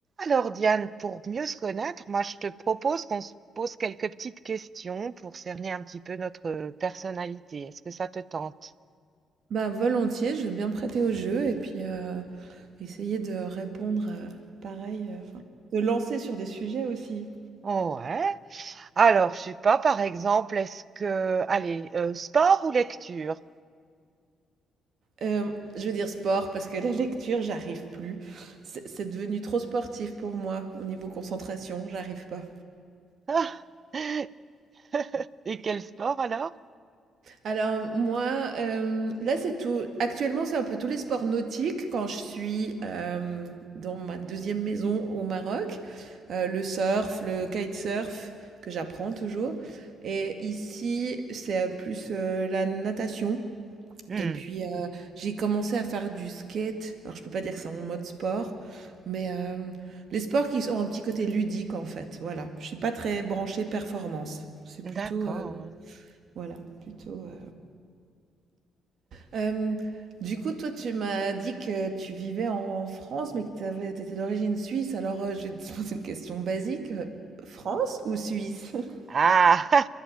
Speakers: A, on the right (about 45°); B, on the right (about 65°).
A: Alors Diane, pour mieux se connaître, moi je te propose qu'on se pose quelques petites questions pour cerner un petit peu notre personnalité. Est-ce que ça te tente?
B: Bah, volontiers, je veux bien me prêter au jeu et puis, heu, essayer de répondre, heu, pareil, heu, enfin, de lancer sur des sujets aussi.
A: ouais. Alors, je sais pas, par exemple, est-ce que... Allez, euh, sport ou lecture?
B: Hem, je veux dire sport parce que la lecture, j'arrive plus. C'est c'est devenu trop sportif pour moi au niveau concentration, j'arrive pas.
A: <laughs> Et quel sport alors?
B: Alors moi, euh, là c'est tout. Actuellement c'est un peu tous les sports nautiques. Quand je suis euh, dans ma deuxième maison au Maroc, euh, le surf, le kitesurf que j'apprends toujours. Et ici c'est euh, plus euh, la natation.
A: Hmm,
B: Et puis euh, j'ai commencé à faire du skate. Alors je peux pas dire que c'est mon mode sport, mais euh, les sports qui ont un petit côté ludique en fait. Voilà. Je suis pas très branchée performance. C'est plutôt
A: d'accord.
B: euh, voilà plutôt. euh, Hem, du coup, toi, tu m'as dit que tu vivais en France, mais que tu avais tu étais d'origine suisse. Alors, heu, je vais te <laughs> poser une question basique, heu, France ou Suisse? <laughs>
A: Ah!